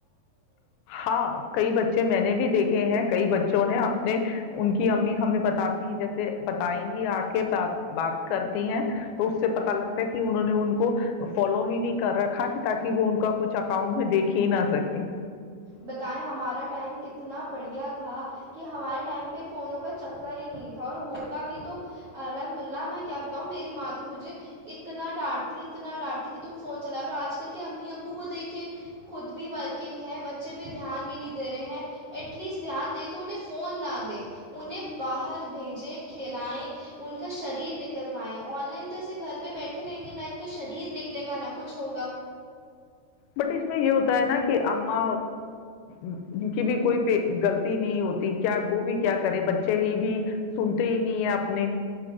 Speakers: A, on the left (about 80°); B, on the right (about 70°).
A: ہاں کئی بچے میں نے بھی دیکھے ہیں کئی بچوں نے اپنے ان کی امی ہمیں بتاتی ہیں جیسے بتائیں گی آ کے بات بات کرتی ہیں تو اس سے پتا لگتا ہے کہ انہوں نے ان کو فالو ہی نہیں کر رکھا کہ تاکہ وہ ان کا کچھ اکاؤنٹ میں دیکھ کھی نہ سکے
B: بتائیں ہمارا ٹائم کتنا بڑھیا تھا کہ ہمارے ٹائم پہ فونوں کا چکر ہی نہیں تھا اور ہوتا بھی تو الحمد اللہ میں کیا بتاؤں میری ماں تو مجھے اتنا ڈانٹتی اتنا ڈانٹتی کہ تم فون چلا رہے ہو آج کل کے امی ابو کو دیکھیں خود بھی ورکنگ ہے بچ بچے پہ دھیان بھی نہیں دے رہے ہیں ایٹ لیسٹ دھیان نہیں تو انہیں فون نہ دیں انہیں باہر بھیجیں کھلائیں ان کا شریر نکلوائیں آن لائن تو ایسے گھر پہ بیٹھے رہیں گے نہ ان کا شریر نکلے گا نہ کچھ ہوگا
A: بٹ اس میں یہ ہوتا ہے نا کہ اا ان کی بھی کوئی پ غلط نہیں ہوتی کیا وہ بھی کیا کریں بچے ہی بھی سنتے ہی نہیں ہیں اپنے